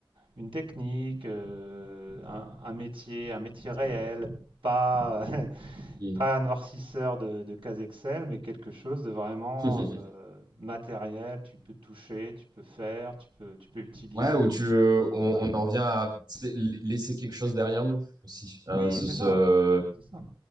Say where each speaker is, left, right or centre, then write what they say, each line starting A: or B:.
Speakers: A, on the right; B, on the right.
A: une technique, euh, un, un métier, un métier réel, pas, <laughs>
B: Mm.
A: pas un noircisseur de, de case Excel, mais quelque chose de vraiment
B: <laughs>
A: euh, matériel. Tu peux toucher, tu peux faire, tu peux, tu peux utiliser.
B: Ouais, où tu, euh, on,
A: Ouais.
B: on en revient à tu sais, la- laisser quelque chose derrière nous aussi.
A: Oui,
B: Euh, ce,
A: c'est
B: ce-
A: ça, c'est ça.